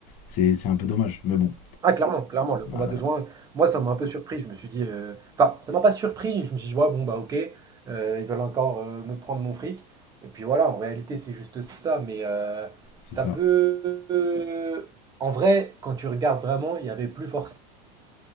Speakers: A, on the left (about 40°); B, on the right (about 20°).
A: C'est c'est un peu dommage. Mais bon,
B: Ah, clairement, clairement, le combat
A: euh,
B: de juin, moi, ça m'a un peu surpris. Je me suis dit, euh, enfin, ça m'a pas surpris. Je me suis dit, ouais, bon, bah, ok, euh, ils veulent encore euh, me prendre mon fric. Et puis voilà, en réalité, c'est juste ça. Mais euh,
A: c'est
B: ça
A: ça.
B: peut. euh, En vrai, quand tu regardes vraiment, il y avait plus forcément,